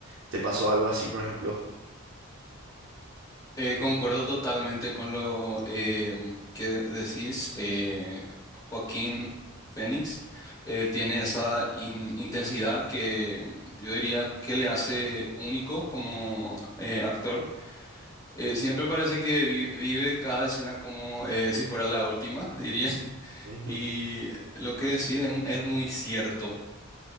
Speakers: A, on the right; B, on the left.
A: te pasó algo así, por ejemplo?
B: Eh, concuerdo totalmente con lo em, que decís. eh, Joaquín Fénix eh, tiene esa in- intensidad que yo diría que le hace único como eh, actor. Eh, siempre parece que vi- vive cada escena como eh, si fuera la última, <laughs> diría.
A: Ujú,
B: Y lo que decís es, es muy cierto.